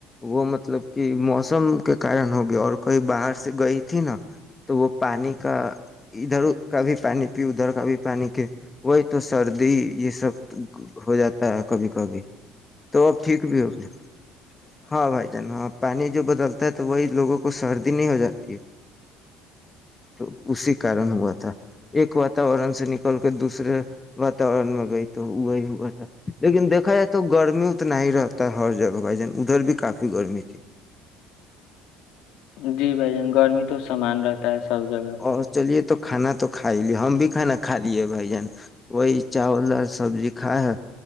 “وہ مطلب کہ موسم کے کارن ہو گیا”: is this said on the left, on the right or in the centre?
Left